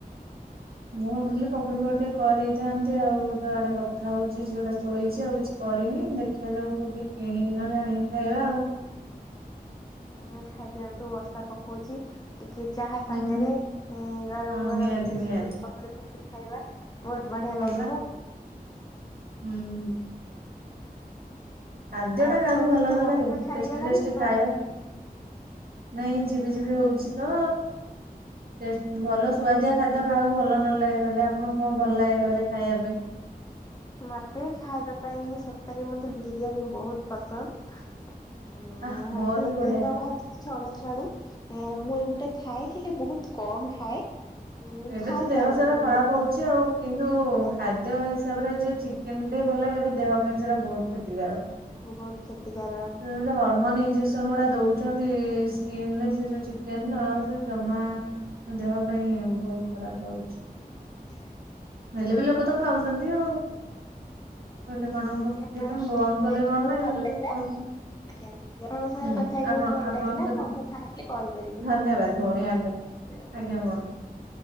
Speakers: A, on the right; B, on the left.
A: ମୁଁ ଭାବୁଥିଲି ପକୁଡି ଫକୁ ଟିକେ କରିଥାନ୍ତି ଆଉ ତ ଆଡେ କଥା ହଉଛି ଝିଅଟା ଶୋଇଛି ଆଉ କିଛି କରିନି। ଦେ ଖାଯାଉ କୋଉଠି କିଣିକି ନହେଲେ ଆଣିକି ଖାଇବା ଆଉ।
B: ହଁ ଖାଇଦିଅନ୍ତୁ ବର୍ଷା ପକଉଛି। ଟିକେ ଚାହା ସାଙ୍ଗରେ
A: ହୁଁ ହୁଁ
B: ଏଁ, ଗରମ
A: ହଁ
B: ଗରମ
A: ନିହାତି
B: କିଛି
A: ନିହାତି
B: ପକୁଡି ଫକୁଡି ଖାଇବା। ବହୁତ ବଢିଆ
A: ହଁ
B: ଲାଗିବ।
A: ବା ହୁଁ। ଖାଦ୍ୟ
B: ଆଉ
A: ଟା
B: ଆପଣଙ୍କ
A: କାହାକୁ ଭଲ
B: ସେପଟେ
A: ନ
B: ବର୍ଷା
A: ଲାଗେ
B: ଛାଡିଗଲାଣି
A: ଟେଷ୍ଟି ଟେଷ୍ଟି
B: ନା
A: ଖାଇବା।
B: ବର୍ଷା ଅଛି?
A: ନାଇଁ ଝିପି ଝିପି ହଉଛି ତ ଟେଷ୍ଟ ଭଲ ସୁ ସୁଆଦିଆ ଖାଦ୍ୟ କାହାକୁ ଭଲ ନ ଲଗେ କହିଲେ? ଆପଣଙ୍କୁ କଣ ଭଲ ଲାଗେ କହିଲେ ଖାଇବା ପାଇଁ?
B: ମୋତେ ଖାଇବା ପାଇଁ ସତରେ ମୋତେ ବିରିୟାନୀ ବହୁତ ପସନ୍ଦ। ହଁ
A: ଆ
B: ନହେଲେ
A: ମୋର ବି ବଢିଆ।
B: ତେଲ ଭାଜ ଛଣାଛଣି ଆ, ମୁଁ ଏଗୁଡା ଖାଏ ହେଲେ ବହୁତ କମ ଖାଏ। ଉଁ
A: ଏବେ
B: ଖାଇପାରେନି
A: ତ ଦେହ ସାରା ଖରାପ
B: ମୁଁ ଏତେ
A: ହଉଛି ଆଉ କିନ୍ତୁ ଖାଦ୍ୟ
B: ହଁ
A: ହିସାବରେ ଯେ ଚି କେନ୍ ଟିକେ ଭଲ ଲାଗେ ଏବେ ଦେହ ପାଇଁ ସେଟା ବହୁତ କ୍ଷତିକାରକ।
B: ବହୁତ କ୍ଷତିକାର
A: ସେ ତ ହର୍ମୋନ ଇଞଜେସ ସନ୍ ଉଡା ଦଉଛନ୍ତି ସ୍କିନ୍ ରେ ସେ ଯୋଉ ଚିକେନ୍ ରେ ସେ ଜମା ଦେହ ପାଇଁ ବହୁତ ଖରାପ ରହୁଛି।
B: <unintelligible>
A: ହେଲେ ବି ଲୋକ ତ ଖାଉଛନ୍ତି ଆଉ। କହିଲେ କଣ ହବ,
B: ଆପଣଙ୍କ
A: ଯେତେଲ
B: ସହିତ
A: ବନ୍ଦ
B: କଥା
A: କଲେ
B: ହେଇକି
A: କଣ
B: ବହୁତ
A: ନା ଏଇରା
B: ଭଲ
A: ଯଦି
B: ଲାଗିଲା
A: ଖାଉଛନ୍ତି।
B: ଆଜ୍ଞା ଦିଦି ଆପଣଙ୍କ ସାଙ୍ଗରେ
A: ହୁଁ,
B: କଥା ହେଇକି
A: ଆପଣ
B: ବହୁତ ଭଲ
A: ଆପଣଙ୍କ
B: ଲାଗିଲା
A: ସହିତ
B: ମୁଁ ଆପଣଙ୍କୁ ଫାଙ୍କା ହେଲେ କଲ୍ କରିବି
A: ଧନ୍ୟବାଦ ଭଉଣୀ ଆଜ୍ଞା।
B: ଧନ୍ୟବାଦ।
A: ଆଜ୍ଞା କ <unintelligible>